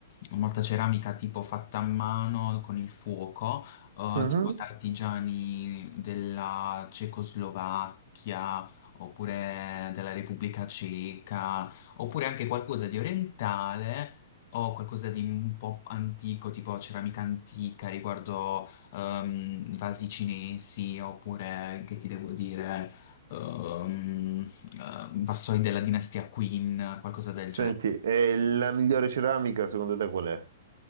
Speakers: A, on the left; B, on the right.
A: mh, molta ceramica tipo fatta a mano con il fuoco, eh,
B: mhm.
A: tipo da artigiani della Cecoslovacchia. Oppure della Repubblica Ceca, oppure anche qualcosa di orientale o qualcosa di un po' antico, tipo ceramica antica riguardo ehm, vasi cinesi oppure, che ti devo dire, ehm, eh, vassoi della dinastia Qin, qualcosa del
B: Senti, e la migliore ceramica secondo te qual è?